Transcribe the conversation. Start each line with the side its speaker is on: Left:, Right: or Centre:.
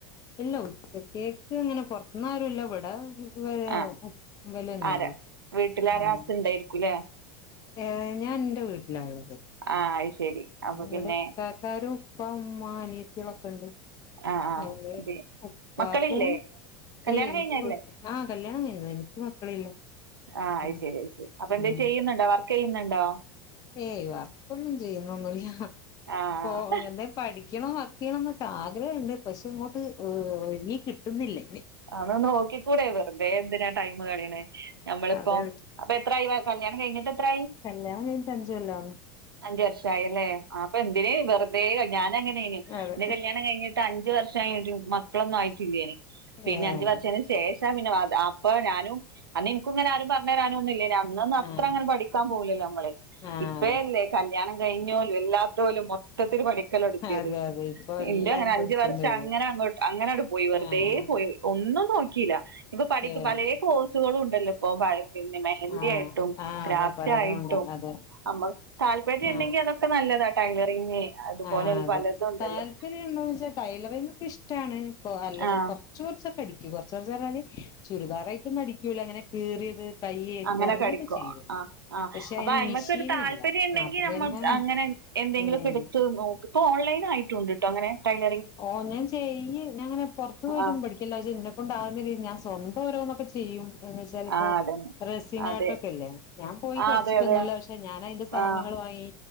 Left: ഇല്ല ഉച്ചത്തേക്ക് ഇങ്ങനെ പൊർത്ത്ന്ന് ആരുല്ല ഇവിട വില
Right: ആഹ്
Left: വിലന്നെള്ളു
Right: ആരാ വീട്ടിലാരാ
Left: ആ
Right: ഹസ് ഇണ്ടായിരിക്കൂല്ലേ
Left: ഏ ഞാൻ ഇന്റെ വീട്ടിലാള്ളത്
Right: ആഹ് അത് ശരി അപ്പൊ
Left: ഇവിടെ
Right: പിന്നെ
Left: ഇത്താത്താരും ഇപ്പ ഇമ്മ അനിയത്തളൊക്കെണ്ട്
Right: ആഹ് ആഹ്
Left: <unintelligible>
Right: അതെ
Left: ഉപ്പാക്കും
Right: മക്കളില്ലേ കല്യാണം
Left: ഇല്ല എനിക്ക്
Right: കഴിഞ്ഞല്ലേ
Left: ആ കല്യാണം കഴിന്നതന്നെ എനിക്ക് മക്കളില്ല
Right: ആ അഅ്
Left: ഉം
Right: ശരി അഅ് ശരി അപ്പൊ എന്താ
Left: ഉം
Right: ചെയ്യുന്നുണ്ടോ വർക്ക് ചെയ്യുന്നുണ്ടോ
Left: ഏയ് വർക്കൊന്നും ചെയ്യുന്നൊന്നുമില്ല
Right: ആഹ്
Left: പോ എന്തേം പഠി ക്കണം വർക്ക് ചെയ്യണ എന്നട്ട് ആഗ്രഹമുണ്ട് പക്ഷെ ഇങ്ങോട്ട് ഇനീ കിട്ടുന്നില്ലേ
Right: അതന്ന് നോക്കിക്കൂടെ വെറുതെ എന്തിനാ ടൈം കളണേ നമ്മളിപ്പോ
Left: അതെ
Right: അപ്പൊ എത്ര കല്യാണം കഴിഞ്ഞിട്ട് എത്രായി
Left: കല്യാണം കഴിഞ്ഞിട്ട് അഞ്ചുകൊല്ലം ആവുന്നു
Right: അഞ്ച് വർഷ ആയി അല്ലേ ആ അപ്പ എന് വെറുതെ ഞാന അങ്ങനെ കഞ്ഞു
Left: അതെ
Right: എന്റെ കല്യാണം കഴിഞ്ഞിട്ട് അഞ്ച് വർഷം മക്കളൊന്നും ആയിട്ടില്ല പിന്നെ
Left: ഏഹ്
Right: അഞ്ചു വർഷത്തിന് ശേഷം പിന്നെ അപ്പൊ ഞാനും അന്നു എനിക്കും ഇങ്ങനെ ആരും പറഞ്ഞു തരാനൊ ഒന്നുമില്ല അന്നന്ന് അത്ര
Left: ആഹ്
Right: അങ്ങനെ പഠിക്ക ൻ പോലല്ലോ നമ്മള്
Left: ആഹ്
Right: ഇപ്പല്ലേ കല്യാണം കഴിഞ്ഞോലും എല്ലാത്തോലും മൊ മൊത്തത്തിൽ പഠിക്കലോ എടുത്തിയത്
Left: അതെ അതെ ഇപ്പൊ എല്ലാരും
Right: എന്റെ അങ്ങനെ അഞ്ച്
Left: പഠിക്കണ്ടല്ലോ
Right: വർഷം അങ്ങനെ അങ്ങോട്ട് അങ്ങനെ അങ്ങട് പോയി വെറുതെ
Left: ആഹ്
Right: പോയി ഒന്നും നോക്കിയില്ല ഇപ്പൊ പഠി
Left: ഏഹ്
Right: പല കോഴ്സുകളും ഉണ്ടല്ലോ ഇപ്പൊ പിന്നെ മെഹന്തി
Left: ആഹ്
Right: ആയിട്ടും
Left: ആഹ്
Right: ക്രാഫ്റ്റ്
Left: അതെ പലതും
Right: ആയിട്ടും.
Left: ഉണ്ട് അതെ
Right: അമ്മ താല്പര്യം ഉണ്ടെങ്കി
Left: ആഹ്
Right: അതൊക്കെ നല്ലതാ ടൈലറിങ് അതുപോലെ
Left: ആഹ് അതെ
Right: പലതും ഉണ്ടല്ലോ
Left: താല്പര്യം ഇണ്ടോ വെച്ചാ ടൈലറിങ് ഒക്കെ ഇഷ്ടമാണ്. അല്ല
Right: ആഹ്
Left: കുറച്ച് കുറച്ചൊക്കെ അടിക്കും കുറച് കുറച്ചൊന്നു പറഞ്ഞാല് ചുരിദാറായിട്ടൊന്നു അടിക്കൂല്ല അങ്ങനെ കീറിയത് കയ്യേക്ക്
Right: അങ്ങനെക്കെ
Left: അങ്ങനെയൊക്കെ
Right: അടിക്കും
Left: ചെയ്യും
Right: ആ ആ
Left: പക്ഷെ
Right: അപ്പൊ
Left: അതിന്
Right: അതുമ്മക്ക്
Left: മെഷീനില്ല
Right: ഒരു താല്പര്യം ഉണ്ടെങ്കി
Left: അപ്പൊ
Right: നമ്മൾ
Left: പിന്നെ
Right: അങ്ങനെ എന്തെങ്കിലൊക്കെ
Left: ഉം
Right: എടുത്ത് നോ ഇപ്പ ഓൺലൈൻ ആയിട്ടുണ്ട് ട്ടോ അങ്ങനെ ടൈൽ
Left: ഓ ഞാൻ ചെയ്യൂ ഞാ അങ്ങനെ പുറത്ത് പോയിട്ടോന്നും
Right: ആഹ്
Left: പഠിക്കൂല എന്നെ കൊണ്ട് ആകുന്ന ഞാൻ സ്വന്തം ഓരോന്നൊക്കെ ചെയ്യും എന്ന് വെച്ച ഇപ്പോ
Right: ആഹ് അതന്നെ
Left: റെസിൻ
Right: അതെ
Left: ആട്ടൊക്കെല്ലേ ഞാൻ പോയി
Right: ആഹ്
Left: പഠിച്ചിട്ടൊന്നുമല്ല
Right: അതെ അതെ
Left: പക്ഷെ ഞാൻ അതിന്റെ സാധനങ്ങൾ
Right: ആഹ്
Left: വാങ്ങി